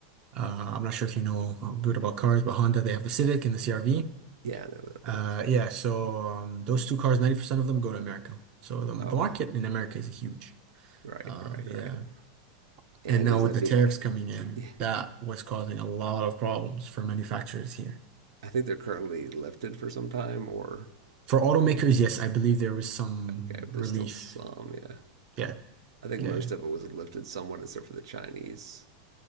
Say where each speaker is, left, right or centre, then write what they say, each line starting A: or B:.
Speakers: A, on the right; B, on the right.
A: Uh, I'm not sure if you know how good about cars, but Honda, they have the Civic and the CRV.
B: Yeah, I know what
A: Uh,
B: that is.
A: yeah, so um, those two cars, 90% of them go to America. So the, the
B: Oh wow.
A: market in America is huge.
B: Right,
A: Uh,
B: right,
A: yeah.
B: right. And
A: And now
B: is
A: with
B: that
A: the
B: being
A: tariffs coming in,
B: <laughs>
A: that was causing a lot of problems for manufacturers here.
B: I think they're currently lifted for some time or
A: For automakers,
B: Or,
A: yes, I believe there was some
B: okay, but there's
A: relief.
B: still some. Yeah,
A: Yeah,
B: I think
A: yeah.
B: most
A: yeah.
B: of it was lifted somewhat, except for the Chinese